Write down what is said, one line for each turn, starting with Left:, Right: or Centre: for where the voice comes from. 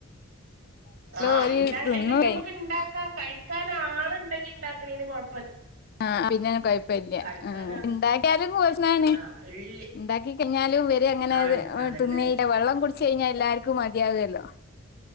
Right: ആ
Left: ഓര്
Right: ഇണ്ട
Left: തിന്നും
Right: അല്ലെങ്കി ഞമ്മുക്ക് ഇണ്ടാക്കാം കഴി കാൻ ആള് ഇണ്ടെങ്കി ഇണ്ടാക്കണന് കൊഴ
Left: ആ പിന്നെ കൊഴപ്പില്ല.
Right: കഴിക്കാനാ
Left: ആ ഇണ്ടാക്കിയാലും കോഷഞ്ഞാണ്
Right: ആഹ് ഇള്ളി
Left: ഇണ്ടാക്കി കയിഞ്ഞാ തും ഇവരെ അങ്ങനെ
Right: ആഹ്
Left: ത്
Right: അതന്നെ
Left: തിന്നേയില്ല വെള്ളം കുടച്ച് കഴിഞ്ഞാൽ എല്ലാർക്കും മതിയാകല്ലോ.